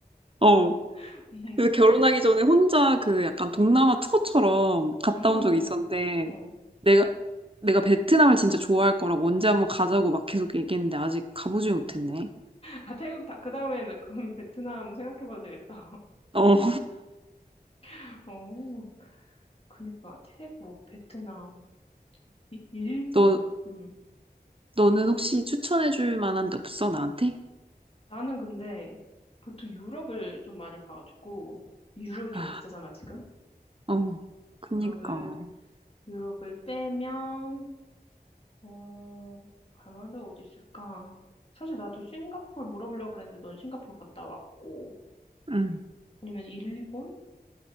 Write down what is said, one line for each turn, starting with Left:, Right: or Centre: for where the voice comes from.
Right: 어.
Left: <laughs> 음,
Right: 그래서 결혼하기 전에 혼자 그 약간 동남아 투어처럼 갔다
Left: 음.
Right: 온 적이 있었는데
Left: 어.
Right: 내가 내가 베트남을 진짜 좋아할 거라고 언제 한번 가자고 막 계속 얘기했는데 아직 가보지 못했네.
Left: 아, 태국, 다, 그 다음에는 그럼 베트남 생각해봐도 되겠다.
Right: 어.
Left: <laughs> 어, 그니까 태국, 베트남, 이- 일본.
Right: 너,
Left: 음.
Right: 너는 혹시 추천해줄 만한 데 없어, 나한테?
Left: 나는 근데 보통 유럽을 좀 많이 가가지고, 유럽이 좀
Right: 아,
Left: 비싸잖아, 지금?
Right: 어, 그니까.
Left: 유럽을, 유럽을 빼면 어, 갈 만한 데가 어디 있을까? 사실 나도 싱가포르 물어보려고 그랬는데 넌 싱가포르 갔다 왔고.
Right: 응.
Left: 아니면 일본?